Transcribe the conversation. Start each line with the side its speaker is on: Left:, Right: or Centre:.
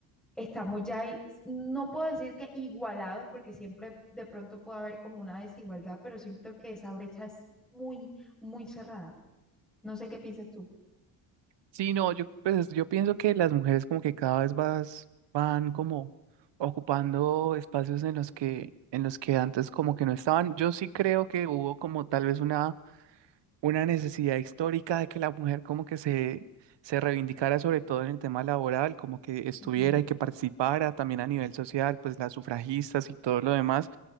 Centre: estamos ya, ahí. no puedo decir que igualados, porque siempre de pronto puede haber como una desigualdad, pero siento que esa brecha es muy, muy cerrada. No sé qué piensas tú.
Right: Sí, no, yo, pues, yo pienso que las mujeres como que cada vez vas, van como ocupando espacios en los que, en los que antes como que no estaban. Yo sí creo que hubo como tal vez una, una necesidad histórica de que la mujer como que se, se reivindicara sobre todo en el tema laboral, como que estuviera
Centre: Ujú,
Right: y que participara también a nivel social, pues las sufragistas y todo lo demás.